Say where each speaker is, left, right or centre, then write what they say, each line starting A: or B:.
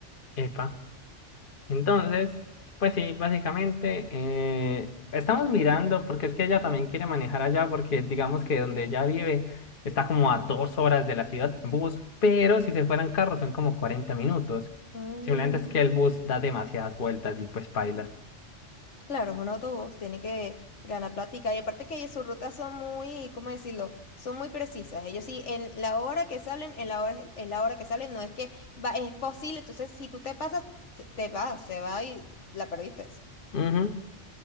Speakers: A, on the left; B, on the left.
A: Epa. Entonces, pues sí, básicamente eh, estamos mirando, porque es que ella también quiere manejar allá, porque digamos que donde ella vive está como a dos horas de la ciudad en bus, pero si se fueran carros son como 40 minutos.
B: Mm.
A: Simplemente es que el bus da demasiadas vueltas y pues pailas.
B: Claro, es un autobús, tiene que ganar plática. Y aparte que sus rutas son muy, ¿cómo decirlo? Son muy precisas. Ellos sí, en la hora que salen, en la hora, en la hora que salen, no es que va, es posible. Entonces, si tú te pasas, te, te vas, se va y la perdiste.
A: Ujú.